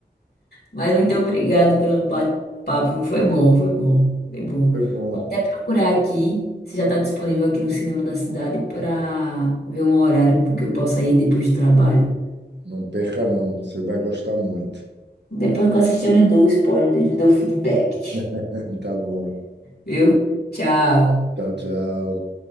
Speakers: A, on the left; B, on the right.
A: Mas muito obrigado pelo pa- papo, foi bom, foi bom, foi bom.
B: Foi bom.
A: Vou até procurar aqui, se já está disponível aqui no cinema da cidade, para ver um horário que eu possa ir depois do trabalho.
B: Não perca, não. Você vai gostar muito.
A: Depois que eu assistir, eu lhe dou o spoiler, eu lhe dou o feedback.
B: <laughs> Tá bom.
A: viu? Tchau.
B: Tchau, tchau.